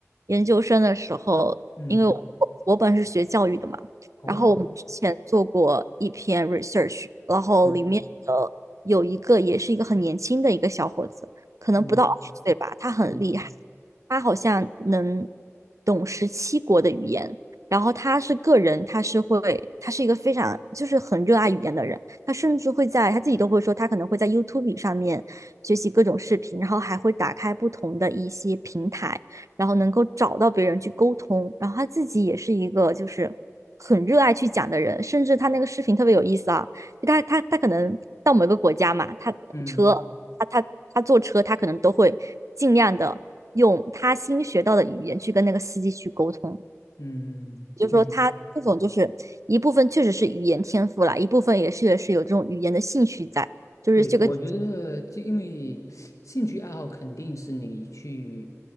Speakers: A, on the right; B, on the left.
A: 研究生的时候，
B: 嗯，
A: 因为我我本是学教育的嘛，
B: 哦，
A: 然后我们之前做过一篇 research，然后里面的有一个也是一个很年轻的一个小伙子，
B: 嗯
A: 可能不到二十岁吧，
B: 嗯
A: 他很厉害，
B: 嗯
A: 他好像能懂十七国的语言，然后他是个人，他是会，他是一个非常就是很热爱语言的人。他甚至会在他自己都会说，他可能会在 YouTube 上面学习各种视频，然后还会打开不同的一些平台，然后能够找到别人去沟通。然后他自己也是一个就是很热爱去讲的人，甚至他那个视频特别有意思啊，就他他他可能到某个国家嘛，他车他他他坐车，
B: 嗯
A: 他可能都会尽量的用他新学到的语言去跟那个司机去沟通。
B: 嗯，
A: 就是说他这种就是一部分确实是语言天赋啦，
B: 嗯，
A: 一部分也是也是有这种语言的兴趣在，就是这个，
B: 对，我觉得就因为兴趣爱好肯定是你去
A: 如